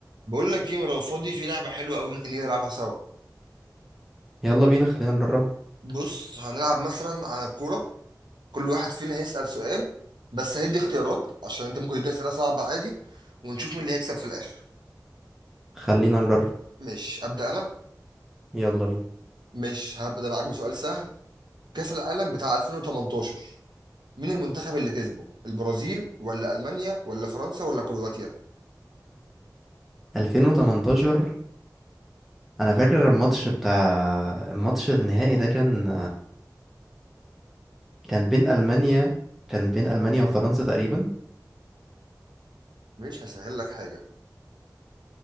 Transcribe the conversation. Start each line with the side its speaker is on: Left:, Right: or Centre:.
Right: بقول لك ايه ما لو فاضي في لعبه حلوه قوي ممكن نيجي نلعبها سوا
Centre: يلا بينا خلينا نجربها
Right: بص هنلعب مثلا على الكوره كل واحد فينا هيسال سؤال بس هيدي اختيارات عشان انت ممكن تدي اسئله صعبه عادي ونشوف مين اللي هيكسب في الاخر
Centre: خلينا نجرب
Right: مش ابدا انا
Centre: يلا بينا
Right: مش هبدا معاك بسؤال سهل كاس العالم بتاع 2018 مين المنتخب اللي كسبه البرازيل ولا المانيا ولا فرنسا ولا كرواتيا
Centre: 2018 انا فاكر الماتش بتاع الماتش النهائي ده كان كان بين المانيا كان بين المانيا وفرنسا تقريبا
Right: مش هسهل لك حاجه